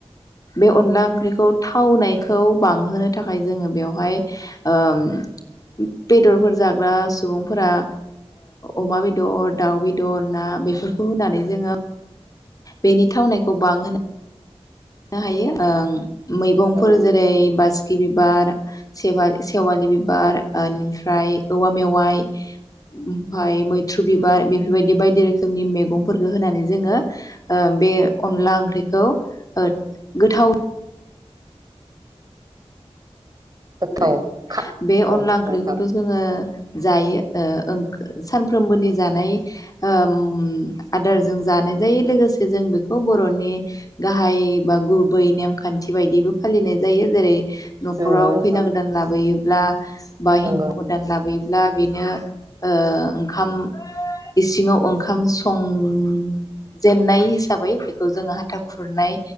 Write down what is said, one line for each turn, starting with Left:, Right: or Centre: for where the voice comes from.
Left: बे अनला ओंख्रिखौ थावनायखौ बांहोनो थाखाय जोङो बेवहाय ओम बेदरफोर जाग्रा सुबुंफोरा अमा बेदर दाउ बेदर ना बेफोरखौ होनानै जोङो बेनि थावनायखौ बांहोनो नो हायो ओं मैगंफोर
Right: नंगौ नोंथां
Left: जेरै बासिकि बि बारा सेवा सेवालि बिबार एनिफ्राय औवा मेवाइ ओमफ्राय मैथ्रु बिबार बेफोरबायदि बायदि रोखोमनि मेगंफोरखौ होनानै जोङो ओ बे अनला ओंख्रिखौ ओ गोथाव
Right: गोथाव
Left: आरो
Right: खा
Left: बे
Right: औ
Left: अनला ओंख्रिखौथ'
Right: नोंथां
Left: जोङो जायो ओ सानफ्रोमबोनि जानाय ओम आदारजों जानाय जायो लोगोसे जों बेखौ बर'नि गाहाय बा गुबै नेमखान्थि बायदिबो फालिनाय जायो जेरै न'खराव
Right: नंगौ नोंथां
Left: खैना गोदान लाबोयोब्ला बा
Right: नंगौ
Left: हिनजाव गोदान लाबोयोब्ला, ब्ला बेनो ओ ओंखाम इसिङाव ओंखाम संजेनाय हिसाबै बेखौ जोङो हाथा खुरनाय